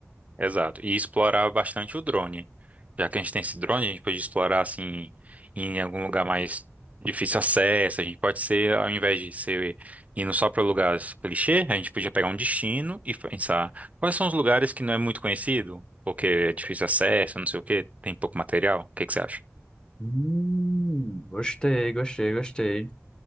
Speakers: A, on the right; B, on the left.
A: Exato. E explorar bastante o drone. Já que a gente tem esse drone, a gente pode explorar assim em algum lugar mais difícil acesso. A gente pode ser, ao invés de ser indo só para lugares clichê, a gente podia pegar um destino e pensar quais são os lugares que não é muito conhecido, porque é difícil acesso, não sei o quê, tem pouco material. O que que você acha?
B: Hum, gostei, gostei, gostei.